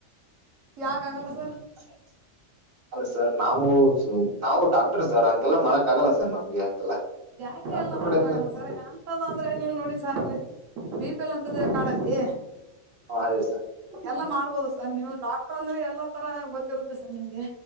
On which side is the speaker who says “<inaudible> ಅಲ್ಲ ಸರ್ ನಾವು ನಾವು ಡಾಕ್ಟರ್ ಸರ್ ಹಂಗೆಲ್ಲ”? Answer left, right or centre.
Right